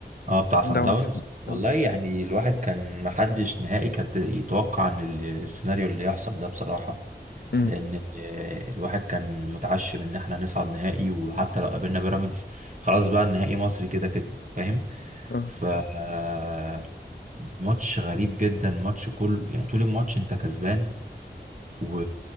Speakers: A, on the right (about 45°); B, on the left (about 60°).
A: اه بتاع
B: سان
A: سان
B: داونز
A: داونز والله
B: اه
A: يعني الواحد كان محدش نهائي كان يتوقع ان ال- السيناريو اللي يحصل ده بصراحه
B: امم
A: لان آه، الواحد كان متعشم ان احنا نصعد نهائي وحتى لو قابلنا بيراميدز خلاص بقى النهائي مصري كده كده فاهم
B: اه
A: ف آه، ماتش غريب جدا ماتش كل يعني طول الماتش انت كسبان و...